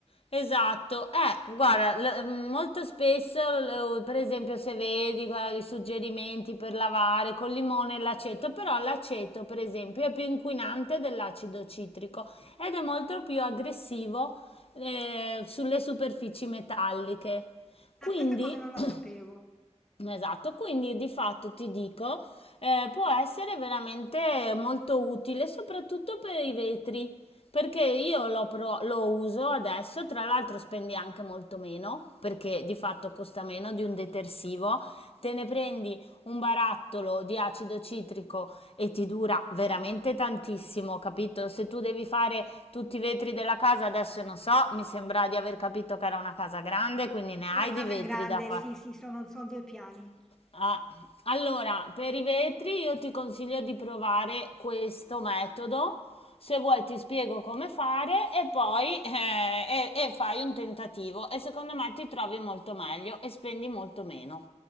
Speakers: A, on the left (about 50°); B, in the centre.
A: Esatto, eh, guarda, l- mm, molto spesso, l- per esempio, se vedi, guarda, i suggerimenti per lavare col limone e l'aceto, però l'aceto, per esempio, è più inquinante dell'acido citrico ed è molto più aggressivo eh, sulle superfici metalliche. Quindi
B: Ah, questa cosa non
A: <clears throat>
B: la
A: <coughs>
B: sapevo.
A: Esatto, quindi di fatto ti dico, eh, può essere veramente molto utile, soprattutto per i vetri, perché io lo, pro- lo uso adesso, tra l'altro spendi anche molto meno, perché di fatto costa meno di un detersivo, te ne prendi un barattolo di acido citrico e ti dura veramente tantissimo, capito? Se tu devi fare tutti i vetri della casa, adesso non so, mi sembra di aver capito che era una casa grande, quindi ne hai
B: Una casa
A: di vetri
B: grande,
A: da fare.
B: sì, sì, sono son 2 piani.
A: Ah, allora, per i vetri io ti consiglio di provare questo metodo. Se vuoi ti spiego come fare e poi eh, e- e fai un tentativo e secondo me ti trovi molto meglio e spendi molto meno.